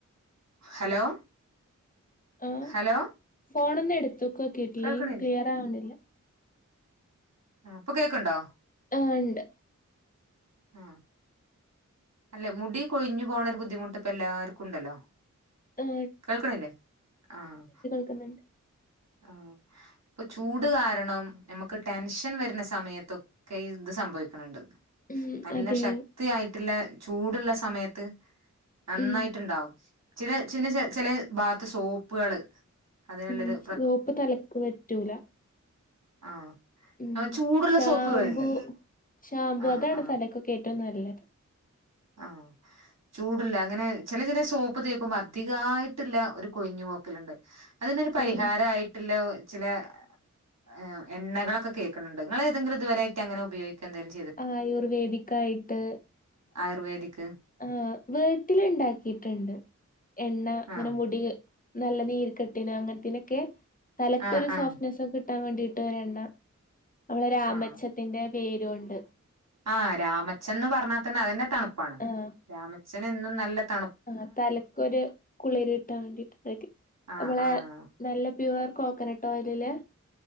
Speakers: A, on the right; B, on the left.
A: ഹലോ
B: ആ
A: ഹലോ
B: ഫോണൊന്ന് എട്ത്ത്ക്ക്‌ വെക്കി
A: കേൾക്ക്ണില്ലേ
B: ക്ലിയറാവ്ണ്ല്ല.
A: ആഹ് ഇപ്പൊ കേക്ക്‌ണ്ടോ
B: ആഹ് ഇണ്ട്
A: ആഹ് അല്ല മുടി കൊഴിഞ്ഞ് പോണ ഒരു ബുദ്ധിമുട്ട് ഇപ്പൊ എല്ലാർക്കുണ്ടല്ലോ.
B: ആ
A: കേൾക്ക്ന്നില്ലേ? ആഹ്
B: ക്ക്‌ന്ന്ണ്ട്.
A: ആഹ്, ഇപ്പൊ ചൂട് കിരണം, ഞമക്ക് ടെൻഷൻ വരുന്ന സമയത്തൊ ക്കെ ഇത് സംഭവിക്ക്‌ണ് ണ്ട്.
B: ഉം
A: നല്ല
B: അതെ
A: ശക്തിയായിട്ട്ള്ളെ ചൂട്ള്ളെ സമയത്ത് നന്നായിട്ട്ണ്ടാവും.
B: ഉം
A: ചില ചില ചെ ചെലേ ബാത്ത് സോപ്പ്കള് അതേള്ളൊരു
B: ഉം സോപ്പ് തലക്ക് പറ്റൂല.
A: ആ
B: ഉം
A: ആ ചൂടുള്ള
B: ഷാംമ്പൂ
A: സോപ്പുകളുണ്ട്
B: ഷാമ്പു
A: ആ
B: അതാണ്
A: ആ
B: തലക്കൊക്കെ ഏറ്റവും നല്ലത്.
A: ആഹ് ചൂട്ല്ലേ അങ്ങനെ ചെല ചെലേ സോപ്പ് തേക്കുമ്പോ അധികായിട്ട്ള്ള ഒരു കൊഴിഞ്ഞ് പോക്കല്ണ്ട്. അതിനൊരു പരിഹാര
B: ഉം
A: ആയിട്ട്ല്ലോ ചിലാ ഏ എണ്ണകളൊക്കെ കേക്ക്‌ന്ന്ണ്ട്, ങ്ങള് ഏതെങ്കിലും ഇതുവരായ്ട്ടങ്ങനെ ഉപയോഗിക്ക എന്തേലും
B: ആയുർവേദിക്കായിട്ട്
A: ആയുർവേദിക്
B: ആഹ് വീട്ടില് ഇണ്ടാക്കീട്ട്ണ്ട്. എണ്ണ ങ്ങനെ
A: ആ
B: മുടീ നല്ല നീര് കെട്ടിന് അങ്ങൻത്തീനൊക്കെ, തലക്കൊരു
A: ആ ആ
B: സോഫ്റ്റ്നെസ് കിട്ടാൻ വേണ്ടീട്ട് ഒരെണ്ണ. നമ്മളെ രാമച്ചത്തിന്റെ
A: ആ
B: വേര് കൊണ്ട്.
A: ആഹ് രാമച്ചം ന്ന് പർഞ്ഞാ തന്നെ അതന്നെ തണുപ്പാണ്.
B: ആഹ്
A: രാമച്ചൻ എന്നും നല്ല തണു
B: ആഹ് തലക്കൊര് കുളിര് കിട്ടാൻ വേണ്ടീട്ട് തേയ്ക്കും.
A: ആഹ്
B: നമ്മളേ
A: ആഹ്
B: നല്ല പ്യുവർ കോക്കനട്ട് ഓയിലില്